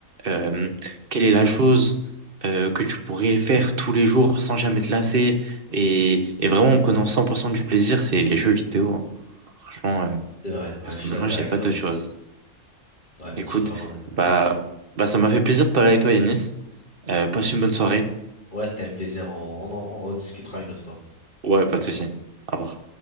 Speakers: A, on the right; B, on the left.
A: euh, quelle est la chose euh, que tu pourrais faire tous les jours sans jamais te lasser et, et vraiment en prenant 100% du plaisir, c'est les jeux vidéo. hein. Franchement, euh,
B: C'est vrai, ouais,
A: personnellement,
B: je suis d'accord
A: j'ai
B: avec
A: pas
B: toi.
A: d'autre chose.
B: Ouais,
A: Écoute,
B: je suis vraiment d'accord.
A: bah, bah ça m'a fait plaisir de parler avec toi, Yanis. Euh, passe une bonne soirée.
B: Ouais, c'était un plaisir. On, on en on rediscutera une autre fois.
A: Ouais, pas de souci. Au revoir.